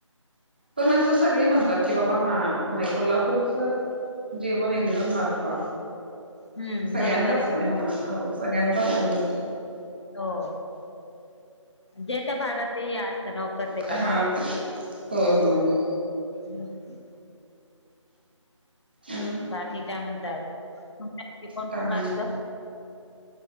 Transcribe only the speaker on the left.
हम्म
बरोबर
आहे ना
हो. ज्या त्या भागात हे असत ना, ओ प्रत्येकाच.
हम्म हम्म.
बाकी काय म्हणताय अजून <unintelligible> कोण
कोण असत?